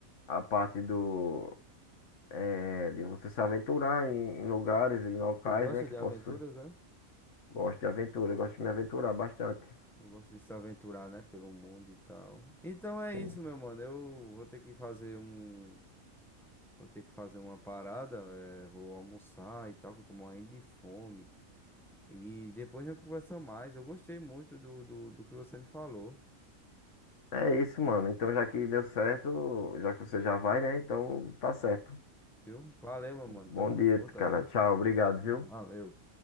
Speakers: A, on the left; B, in the centre.
A: a parte do, eh, de você se aventurar em, em lugares, em locais,
B: Tu gosta
A: né, que
B: de
A: posso...
B: aventuras, é?
A: Gosto de aventura, gosto de me aventurar bastante.
B: Eu gosto de se aventurar, né, pelo mundo e tal. Então é
A: Sim.
B: isso, meu mano. Eu vou ter que fazer um, vou ter que fazer uma parada, é, vou almoçar e tal, que eu tô morrendo de fome. E depois a gente conversa mais. Eu gostei muito do, do, do que você me falou,
A: É isso, mano. Então, já que deu certo, já que você já vai, né? Então, tá certo.
B: viu? Valeu, meu mano.
A: Bom
B: Tamo
A: dia,
B: junto
A: cara.
B: aí.
A: Tchau, obrigado, viu?
B: Valeu.